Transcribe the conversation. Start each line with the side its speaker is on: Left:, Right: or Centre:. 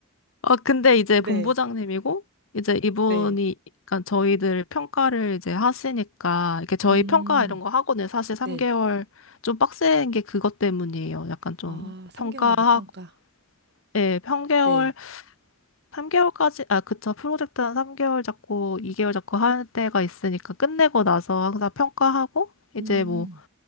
Left: 아, 근데 이제
Right: 네.
Left: 본부장님이고, 이제 이분이,
Right: 네.
Left: 그러니까 저희들 평가를 이제 하시니까, 이렇게 저희
Right: 음.
Left: 평가 이런 거 하고는 사실 3개월
Right: 네.
Left: 좀 빡센 게 그것 때문이에요. 약간 좀
Right: 아, 3개월마다
Left: 평가하고,
Right: 평가.
Left: 예, 평개월,
Right: 네.
Left: 3개월까지, 아, 그쵸. 프로젝트 한 3개월 잡고, 2개월 잡고 할 때가 있으니까 끝내고 나서 항상 평가하고, 이제
Right: 음.
Left: 뭐